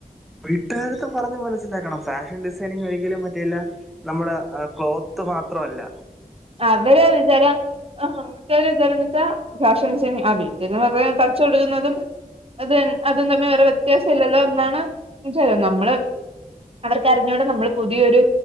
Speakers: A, in the centre; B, on the right.
A: വീട്ടുകാരട്ത്ത് പറഞ്ഞ് മനസ്സിലാക്കണം ഫാഷൻ ഡിസൈനിങ് ഒരിക്കലും മറ്റേയില്ല നമ്മുടെ ക്ലോത്ത് മാത്രല്ല
B: അവര് വിച്ചാരം ആ വീട്ടാരെ വിചാരം എന്താന്ന് വെച്ചാ ഫാഷൻ ഡിസൈനിങ് ആ വീട്ടരേം പറയണേ തച്ചൊടുക്കുന്നതും അത് അതും തമ്മെ വേറെ വ്യത്യാസം ഇല്ലല്ലോ എന്നാണ് <unintelligible> നമ്മള് അവർക്കറിഞ്ഞൂടെ നമ്മൾ പുതിയൊരു